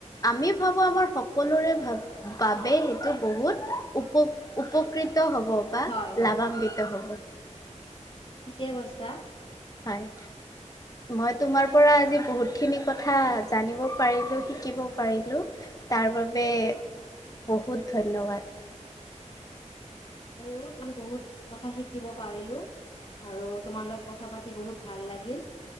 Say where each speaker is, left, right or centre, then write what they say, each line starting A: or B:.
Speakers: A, on the left; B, on the left.
A: আমি ভাবো আমাৰ সকলোৰে ভ বাবে সেইটো বহুত উপ উপকৃত হ'ব। বা
B: হয় হয়
A: লাভান্বিত হ'ব।
B: ঠিকে কৈছা।
A: হয় মই তোমাৰ পৰা আজি বহুতখিনি কথা জানিব পাৰিলোঁ শিকিব পাৰিলো তাৰ বাবে বহুত ধন্যবাদ।
B: মইো তুমি বহুত কথা শিকিব পাৰিলো আৰু তোমাৰ লগত কথা পাতি বহুত ভাল লাগিল।